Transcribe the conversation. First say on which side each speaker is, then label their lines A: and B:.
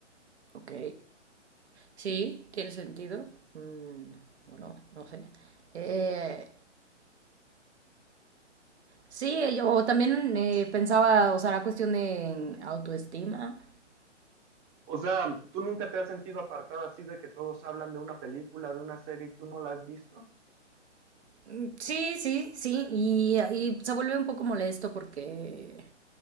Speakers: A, on the right (about 60°); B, on the right (about 20°).
A: ok. Sí, tiene sentido. Mm, bueno, no sé. Eh, sí, eh, yo también eh, pensaba, o sea, la cuestión de autoestima.
B: O sea, ¿tú nunca te has sentido apartada así de que todos hablan de una película, de una serie y tú no la has visto?
A: Mm, Sí, sí, sí. Y, y se vuelve un poco molesto porque